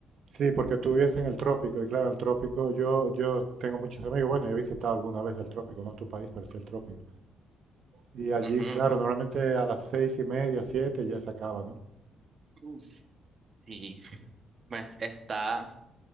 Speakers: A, on the right (about 60°); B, on the right (about 45°).
A: Sí, porque tú vives en el trópico, y claro, en el trópico yo, yo tengo muchos amigos, bueno, he visitado alguna vez el trópico, no tu país, pero sí el trópico. Y allí,
B: Ujú,
A: claro,
B: ujú.
A: normalmente a las seis y media, siete ya se acaba, ¿no?
B: Uf. Sí, bueno, está,